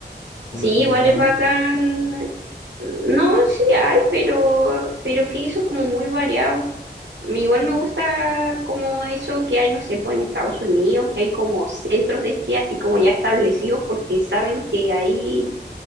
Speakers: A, on the left; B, on the right.
A: por
B: Sí,
A: no decir
B: igual
A: ninguno.
B: es bacán No, sí hay, pero, pero es que eso es como muy variado. me Igual me gusta como eso que hay, no sé, pues en Estados Unidos, que hay como centros de esquí así como ya establecidos porque saben que ahí